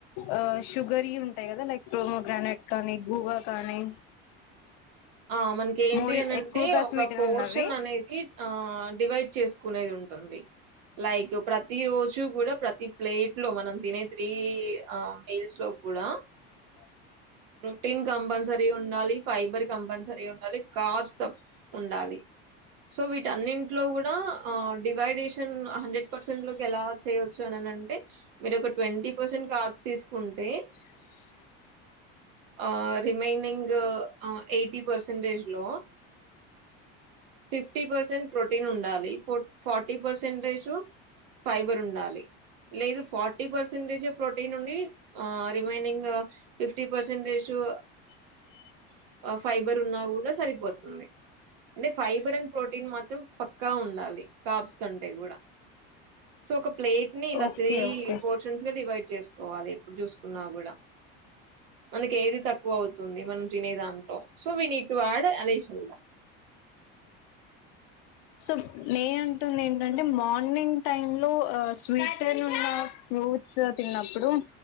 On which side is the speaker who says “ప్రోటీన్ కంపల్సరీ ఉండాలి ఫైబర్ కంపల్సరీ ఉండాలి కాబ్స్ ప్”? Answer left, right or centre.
Right